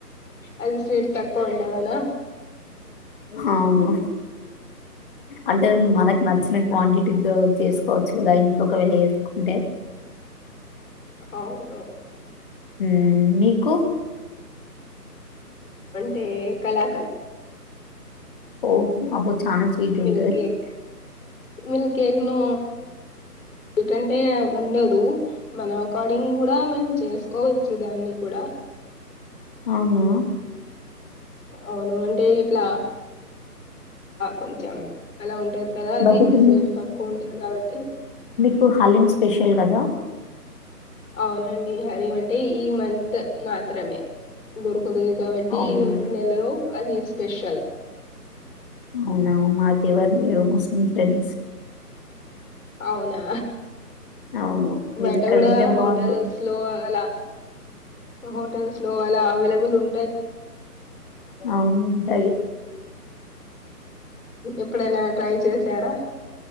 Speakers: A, on the left; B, on the left.
A: అది స్వీట్ తక్కువ ఉంటదనా!
B: అవును అంటే మనకి నచ్చిన క్వాంటిటీతో చేసుకోవచ్చు కదా ఇంట్ొక వెలు చేేసుకుంటే
A: అవును
B: హ్మ్ఁ మీకు
A: టే కలాకన్
B: ఓ అబో చాన స్వీట్
A: మిల్క్
B: ఉంటది
A: కేక్ మిల్క్ కేక్ నొ టంటే ఉండదు మన అకార్డింగ్ కూడా మనం చేసుకోవచ్చు దాన్ని కూడ ఆ
B: అవునా
A: అవును అంటే ఇట్లా కొంచెం అలా ఉంటది కదా అది
B: బట్ ఇప్పుడు
A: స్వీట్ తక్కువ ఉంటది కాబట్టి
B: పుడు హలీం స్పెషల్ కదా!
A: అవునండి హలీం అంటే ఈ మంత్ మాత్రమే దొరుకు తది కాబట్టి
B: అవును
A: నెలలో అది స్పెషల్.
B: అవునా మాకెవరు లేరు ముస్లిం ఫ్రెండ్స్.
A: అవునా
B: అవును మీరు
A: బయట
B: ఇక్కడ
A: కూడా
B: ఉంటే బాగుండు
A: హోటల్స్ లో అలా హోటల్స్ లో అలా అవైలబుల్ ఉం
B: అవును ఉంటయి
A: ఎప్పుడైనా ట్రై చేశారా?